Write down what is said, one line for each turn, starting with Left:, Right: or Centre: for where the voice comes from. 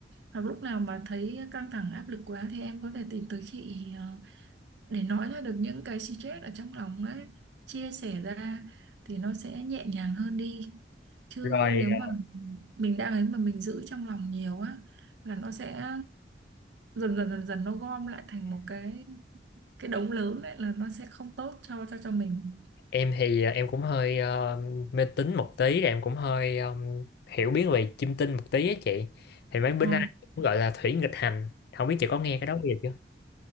Right: hoặc lúc nào mà thấy căng thẳng áp lực quá thì em có thể tìm tới chị ờ, để nói ra được những cái stress ở trong lòng ấy chia sẻ ra thì nó sẽ nhẹ nhàng hơn đi chứ
Left: rồi
Right: nếu mà
Left: ờ,
Right: mình đang ấy mà mình giữ trong lòng nhiều á là nó sẽ dần dần dần dần nó gom lại thành một cái cái đống lớn đấy là nó sẽ không tốt cho cho cho mình
Left: em thì ờ, em cũng hơi ờ, mê tín một tí rồi em cũng hơi ờ, hiểu biết về chiêm tinh một tí á chị thì mấy bên
Right: Ờ.
Left: anh cũng gọi là thủy nghịch hành không biết chị có nghe cái đó bao giờ chưa